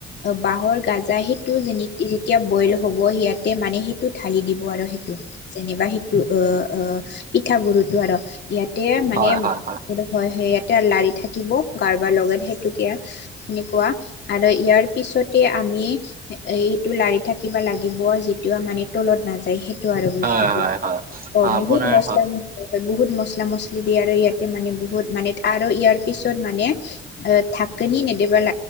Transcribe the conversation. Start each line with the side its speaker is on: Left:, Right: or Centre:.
Left: বাঁহৰ গাজা সেইটো যে যেতিয়া বইল হ'ব ইয়াতে মানে সেইটো ঢালি দি আৰু সেইটো যেনিবা সেইটো আহ আহ পিঠাগুৰুটো আৰু। ইয়াতে মানে
Right: হয় হয়
Left: হয় স ইয়াতে লাৰি থাকিব কাৰোবাৰ লগত সেইটোকে সেনেকুৱা আৰু ইয়াৰ পিছতে আমি এইটো লাৰি থাকিবা লাগিব যিটো মানে তলত নাযায় সেই টো আৰু বস্তুটো
Right: হয় হয় হয়
Left: অ বহুত
Right: আপোনাৰ
Left: মস হয় হয় বহুত মছলা মছলি দিয়ে আৰু ইয়াতে মানে বহুত মানে আৰু ইয়াৰ পিছত মানে ঢাকনি নেদিবা ল